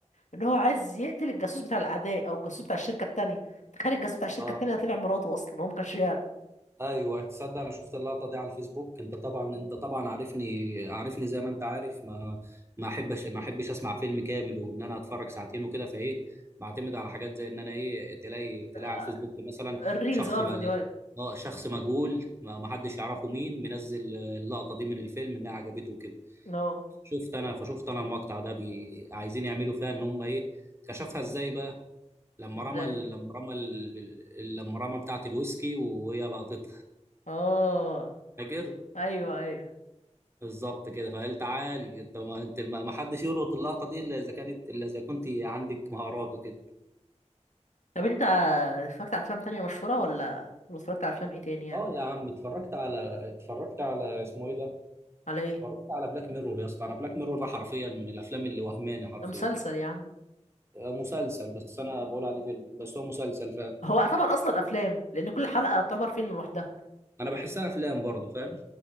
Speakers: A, on the left (about 80°); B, on the right (about 20°).
A: ان هو عايز يقتل الجاسوس بتاع الاعداء او الجاسوس بتاع الشركه التانية تخيل الجاسوس بتاع الشركه
B: اه
A: التانية طلع مراته اصلا هو ما كانش يعرف
B: ايوه تصدق انا شفت اللقطه دي على الفيسبوك انت طبعا انت طبعا عارفني عارفني زي ما انت عارف ما ما احبش ما احبش اسمع فيلم كامل وان انا اتفرج ساعتين وكده فايه بعتمد على حاجات زي ان انا ايه تلاقي تلاقي
A: آه،
B: على الفيسبوك مثلا
A: الريلز
B: شخص
A: اه الفيديوهات
B: ما اه شخص مجهول ما ما حدش يعرفه مين منزل اللقطه دي من الفيلم انها عجبته وكده
A: اه
B: شفت انا فشفت انا المقطع ده بي... عايزين يعملوا فيها ان هم ايه كشفها ازاي بقى لما
A: ازاي
B: رمى ال- لما رمى ال- لما رمى بتاعه الويسكي وهي لقطتها
A: اه
B: فاكر
A: ايوه ايوه
B: بالظبط كده فقال تعالي انت ما انت ما ما حدش يلقط اللقطه دي الا اذا كانت الا اذا كنت عندك مهارات وكده
A: طب انت اتفرجت على افلام تانية مشهوره ولا ولا اتفرجت على افلام ايه تاني يعني
B: اه يا عم اتفرجت على اتفرجت على اسمه ايه ده
A: على ايه
B: اتفرجت على بلاك ميرور يا اسطى انا بلاك ميرور ده حرفيا من الافلام اللي وهماني حرفيا
A: ده مسلسل يا عم
B: آه، مسلسل بس انا بقول عليه فيلم بس هو مسلسل
A: هو يعتبر اصلا افلام لان كل حلقه يعتبر فيلم لوحدها
B: فانا بحسها افلام برضه فاهم